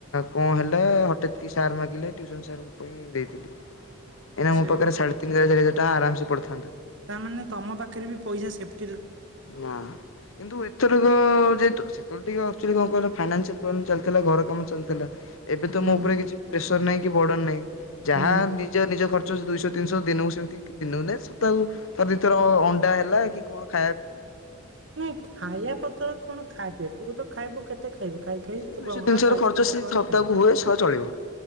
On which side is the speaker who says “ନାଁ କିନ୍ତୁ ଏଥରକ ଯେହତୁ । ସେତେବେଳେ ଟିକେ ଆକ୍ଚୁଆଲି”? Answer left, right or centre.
Left